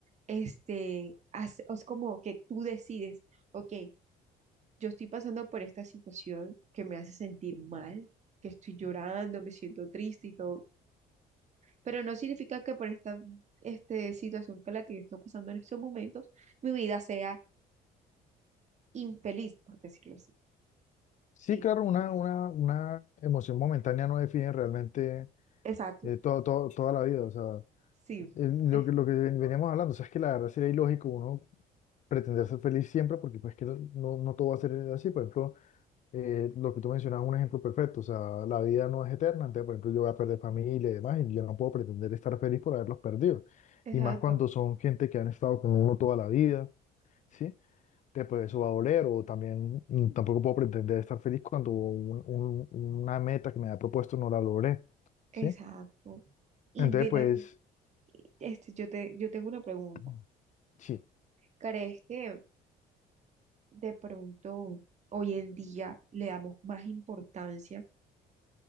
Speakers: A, on the right (about 45°); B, on the left (about 45°).
A: este, hace- es como que tú decides, ok, yo estoy pasando por esta situación que me hace sentir mal, que estoy llorando, me siento triste y todo, pero no significa que por esta este, situación con la que yo estoy pasando en estos momentos, mi vida sea infeliz, por decirlo así.
B: Sí,
A: Sí,
B: claro, una, una, una emoción momentánea no define realmente
A: exacto,
B: eh, todo, todo- toda la vida, o sea,
A: sí,
B: eh, lo
A: es-
B: que, lo que veníamos hablando, o sea, es que la verdad sería ilógico uno pretender ser feliz siempre, porque pues que no, no todo va a ser así. Por ejemplo, eh, lo que tú mencionabas es un ejemplo perfecto. O sea, la vida no es eterna. Entonces, por ejemplo, yo voy a perder familia y demás, y yo no puedo pretender estar feliz por haberlos perdido.
A: exacto.
B: Y más cuando son gente que han estado con uno toda la vida, ¿sí? Entonces, pues eso va a doler. O también mm, tampoco puedo pretender estar feliz cuando un- un- una meta que me había propuesto no la logré, ¿sí?
A: Exacto. Y
B: Entonces,
A: mira,
B: pues...
A: este, yo te, yo tengo una pregunta.
B: <clears throat> Sí,
A: ¿Crees que de pronto hoy en día le damos más importancia